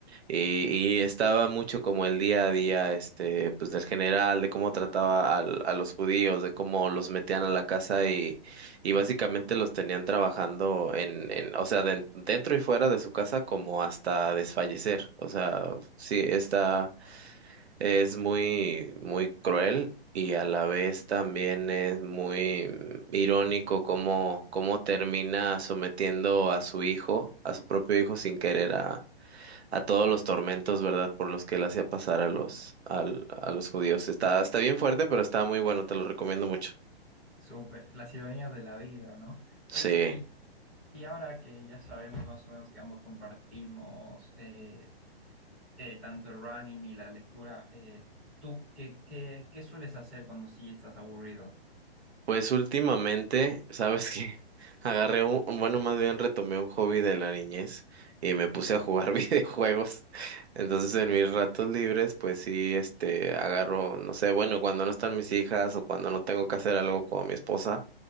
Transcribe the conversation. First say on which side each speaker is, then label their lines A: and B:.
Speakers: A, on the right (about 85°); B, in the centre.
A: Y, y estaba mucho como el día a día, este, pues del general, de cómo trataba al- a los judíos, de cómo los metían a la casa y básicamente los tenían trabajando en, en, o sea, den- dentro y fuera de su casa como hasta desfallecer. O sea, sí, está, es muy, muy cruel y a la vez también es muy mm, irónico cómo, cómo termina sometiendo a su hijo, a su propio hijo sin querer a, a todos los tormentos, ¿verdad? Por los que él hacía pasar
B: Mm.
A: a los, al- a los judíos. Está, está bien fuerte, pero está muy bueno, te lo recomiendo mucho.
B: Súper, las ironías de la vida, ¿no? Oye,
A: Sí.
B: y, y ahora que ya sabemos más o menos que ambos compartimos eh, eh, tanto el running y la lectura, eh, ¿tú qué, qué, qué sueles hacer cuando sí estás aburrido?
A: Pues últimamente, ¿sabes qué? <laughs> Agarré un, bueno, más bien retomé un hobby de la niñez y me puse a jugar <laughs> videojuegos. Entonces, en mis ratos libres, pues sí, este, agarro, no sé, bueno, cuando no están mis hijas o cuando no tengo que hacer algo con mi esposa,